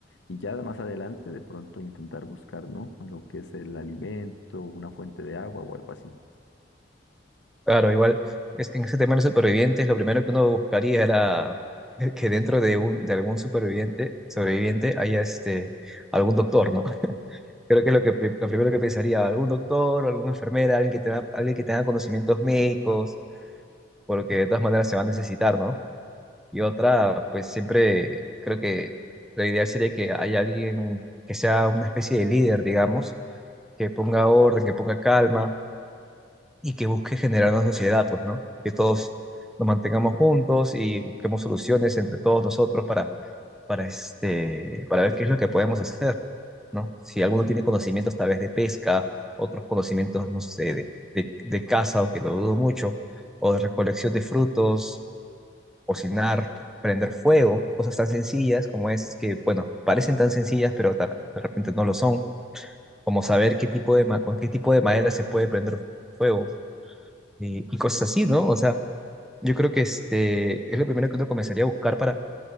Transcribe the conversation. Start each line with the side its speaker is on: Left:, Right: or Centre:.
Left: Y ya más adelante, de pronto intentar buscar, ¿no? Lo que es el alimento, una fuente de agua o algo así.
Centre: Claro, igual es- en ese tema de los supervivientes, lo primero que uno buscaría era <laughs> que dentro de, un, de algún superviviente, sobreviviente haya este, algún doctor, ¿no? <laughs> Creo que es lo, que, pri- lo primero que pensaría, algún doctor, alguna enfermera, alguien que tenga, alguien que tenga conocimientos médicos, porque de todas maneras se va a necesitar, ¿no? Y otra, pues siempre creo que lo ideal sería que haya alguien que sea una especie de líder, digamos, que ponga orden, que ponga calma y que busque generar una sociedad, pues, ¿no? Que todos nos mantengamos juntos y busquemos soluciones entre todos nosotros para, para, este, para ver qué es lo que podemos hacer, ¿no? Si alguno tiene conocimientos tal vez de pesca, otros conocimientos, no sé, de, de, de caza, aunque lo dudo mucho, o de recolección de frutos cocinar, prender fuego, cosas tan sencillas como es que, bueno, parecen tan sencillas, pero ta- de repente no lo son, como saber qué tipo de, ma- con qué tipo de madera se puede prender fuego y, y cosas así, ¿no? O sea, yo creo que este es lo primero que uno comenzaría a buscar para,